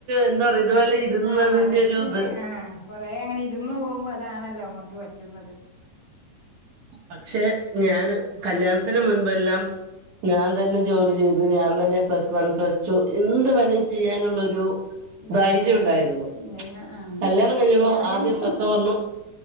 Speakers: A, on the right; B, on the left.
A: എന്താ പറയാ ഇതുപോലെ ഇരുന്നതിന്റെ
B: ആ മനസ്സിന്
A: ഒരു ഇത്
B: ആഹ കൊറെ അങ്ങനെ ഇരുന്ന് പോകുമ്പോ അതാണല്ലോ നമ്മക്ക് പറ്റുന്നത്
A: പക്ഷെ ഞാന് കല്യാണത്തിന് മുൻപെല്ലാം ഞാൻ തന്നെ ജോലി ചെയ്തു ഞാൻ തന്നെ പ്ലസ് വൺ പ്ലസ് ടു എന്ത് വേണ ചെയ്യാനുള്ളൊരു
B: ഇണ്ട്
A: ധൈര്യം
B: ആഹ്
A: ഉണ്ടായിരുന്നു
B: ഇണ്ടായിന്ന് ആഹ്
A: കല്യാണം കഴിഞ്ഞപ്പോ
B: കല്യാണം
A: ആദ്യം
B: കഴിച്ചു
A: ഭർത്താവ് പറഞ്ഞു